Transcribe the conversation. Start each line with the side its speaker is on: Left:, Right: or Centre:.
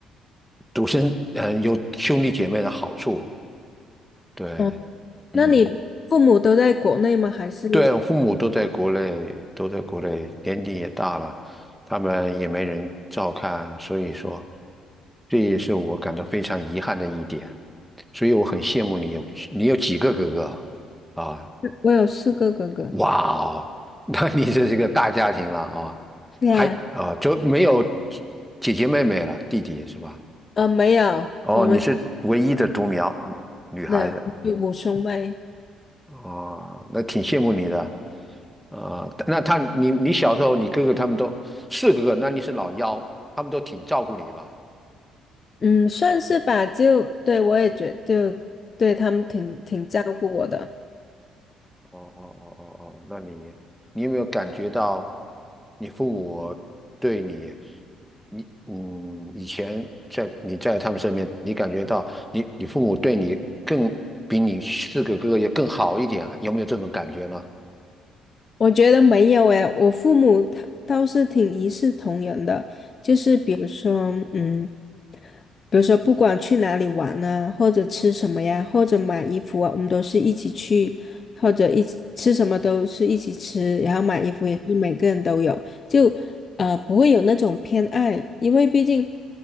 Centre: 独生嗯呃有兄弟姐妹的好处。对，
Left: 哦，
Centre: 嗯，
Left: 那你父母都在国内吗？还是
Centre: 对，我父母都在国内，都在国内，年纪也大了，他们也没人照看，所以说，这也是我感到非常遗憾的一点。所以我很羡慕你有你有几个哥哥啊？啊
Left: 我有四个哥哥？
Centre: 哇哦，<laughs> 那你这是个大家庭了啊，
Left: 对啊，
Centre: 还啊就没有姐姐妹妹了，弟弟是吧？
Left: 呃，没有，
Centre: 哦，
Left: 我们
Centre: 你是唯一的独苗女孩子，
Left: 的五兄妹，
Centre: 啊，那挺羡慕你的。啊、那他你你小时候，你哥哥他们都四个哥，那你是老幺，他们都挺照顾你吧？
Left: 嗯，算是吧。就对我也觉就对他们挺挺照顾我的。
Centre: 哦哦哦哦哦，那你你有没有感觉到你父母对你，你嗯以前在你在他们身边，你感觉到你你父母对你更比你四个哥哥要更好一点啊，有没有这种感觉呢？
Left: 我觉得没有诶，我父母他倒是挺一视同仁的，就是比如说，嗯，比如说不管去哪里玩啊，或者吃什么呀，或者买衣服啊，我们都是一起去，或者一起吃什么都是一起吃，然后买衣服也是每个人都有，就呃不会有那种偏爱，因为毕竟